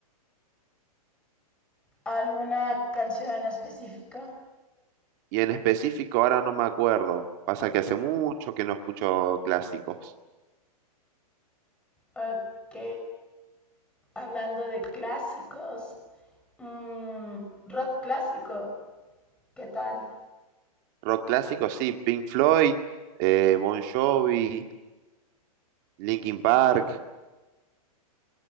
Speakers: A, in the centre; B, on the right (about 25°).
A: ¿Alguna canción en específico?
B: y en específico ahora no me acuerdo. Pasa que hace mucho que no escucho clásicos.
A: Ok, hablando de clásicos. mm, rock clásico, ¿qué tal?
B: Rock clásico, sí, Pink Floyd, eh, Bon Jovi, Linkin Park,